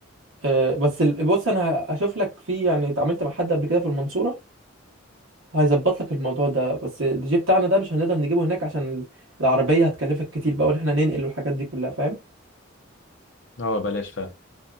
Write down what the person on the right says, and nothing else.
آه بس ال- بص انا هشوف لك في يعني اتعاملت مع حد قبل كده في المنصوره هيظبط لك الموضوع ده بس الدي جي بتاعنا ده مش هنقدر نجيبه هناك عشان العربيه هتكلفك كتير بقى وان احنا ننقل والحاجات دي كلها فاهم